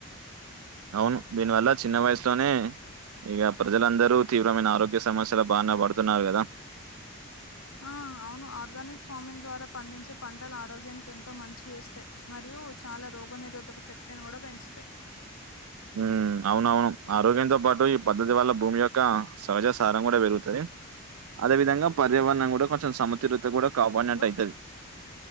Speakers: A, on the right (about 80°); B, on the left (about 85°).
A: అవును దీనివల్ల చిన్న వయసులోనే ఇక ప్రజలందరూ తీవ్రమైన ఆరోగ్య సమస్యలు బానే పడుతున్నారు గదా
B: ఆ అవును ఆర్గానిక్ ఫార్మింగ్ ద్వారా పండించే పంటలు ఆరోగ్యానికి ఎంతో మంచి జెస్తాయ్ మరియు చాలా రోగ నిరోధక శక్తిని కూడా పెంచుతయ్
A: ఉమ్ అవునవును ఆరోగ్యంతో పాటు ఈ పద్ధతి వల్ల భూమి యొక్క సహజ సారం గూడా పెరుగుతది అదే విధంగా పర్యావరణం గూడా కొంచెం సముతులత కూడా కాపాడినట్టు
B: హలో
A: అయితది